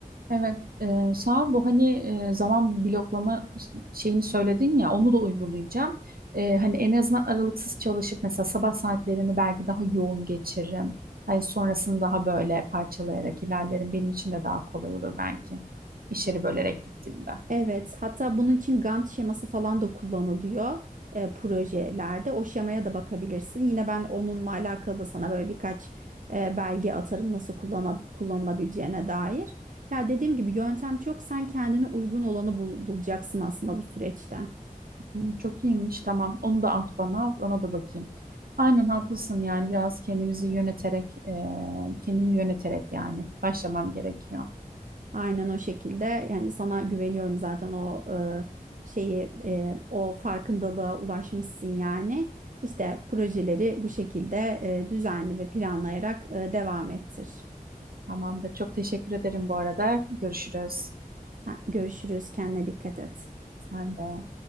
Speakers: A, on the right (about 75°); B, on the right (about 60°).
A: Evet, e, sağ ol. Bu hani e, zaman bloklama şeyini söyledin ya, onu da uygulayacağım. E, hani en azından aralıksız çalışıp mesela sabah saatlerini belki daha yoğun geçiririm. Hani sonrasını daha böyle parçalayarak ilerlerim. Benim için de daha kolay olur belki. İşleri bölerek gittiğimde.
B: Evet, hatta bunun için Gantt şeması falan da kullanılıyor e, projelerde. O şemaya da bakabilirsin. Yine ben onunla alakalı da sana böyle birkaç e, belge atarım nasıl kullana, kullanılabileceğine dair. Ya dediğim gibi yöntem çok. Sen kendine uygun olanı bul- bulacaksın aslında bu süreçten.
A: Hı, Çok iyiymiş, tamam. Onu da at bana, ona da bakayım. Aynen haklısın yani biraz kendimizi yöneterek, e, kendimi yöneterek yani başlamam gerekiyor.
B: Aynen o şekilde. Yani sana güveniyorum zaten o e, şeyi, e, o farkındalığa ulaşmışsın yani. İşte projeleri bu şekilde e, düzenli ve planlayarak e, devam ettir.
A: Tamamdır. Çok teşekkür ederim bu arada. Görüşürüz.
B: Sen- Görüşürüz. Kendine dikkat et.
A: Sen de.